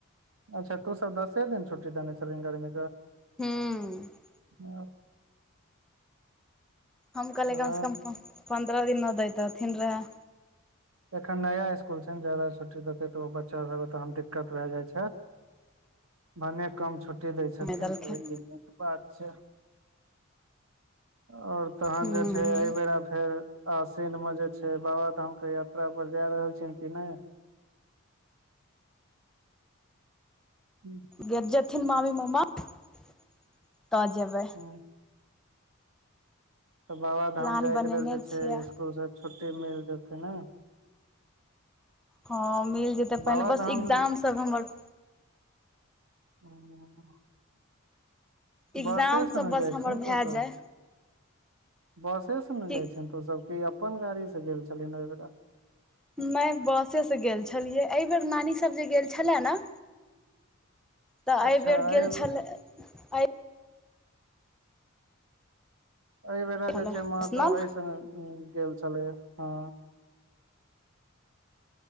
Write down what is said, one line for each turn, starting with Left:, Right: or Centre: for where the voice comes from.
Right: अच्छा तू सब दसे दिन छुट्टी देने छलही गर्मीे कऽ
Centre: हूं
Right: <inaudible>
Centre: हम कहलियै
Right: ह
Centre: कम से कम पन्द्रह दिन न दैतऽथिन रहै
Right: एखन नया स्कूल छै ने जा्यदा छुट्टी देते तऽ ओ बच्चा सब तहन दिक्कत भए जाय छै भने कम छुट्टी दै छथिन
Centre: नहि देलखिन
Right: तऽ ई नीक बात छै आओर तहन
Centre: हूँ
Right: जे छै एहिबेरा फेर आसिन में जे छै बाबा धाम के यात्रा पर जाय रहल छै कि नहि हूँ
Centre: गे जेथिन मामी मामा तऽ जेबै
Right: हँ तऽ बाबाधाम
Centre: प्लान
Right: जायके
Centre: बनेने
Right: लेल जे छै
Centre: छियै
Right: स्कुल से छुट्टी मिल जेतै ने
Centre: हँ मिल जेतै
Right: बाबाधाम
Centre: पहिने बस एग्जाम सब हमर
Right: हं
Centre: एग्जाम
Right: बसे से
Centre: सब
Right: ने
Centre: बस
Right: जाइ
Centre: हमर
Right: छिहीन
Centre: भए
Right: तू सब
Centre: जाय
Right: बसे से ने जाइ
Centre: कि
Right: छिहीन तो सब कि अपन गाड़ीसँ गेल छलिन ओहि बेरा
Centre: में बसे से गेल छलियै एहि बेर नानी सब जे गेल छले ने तऽ
Right: अच्छा
Centre: एहिबेर गेल
Right: एहि
Centre: छलै अय
Right: एहि बेेरा
Centre: छलै पर्सनल
Right: जे छै माँ सब एहिस गेल छलै हँ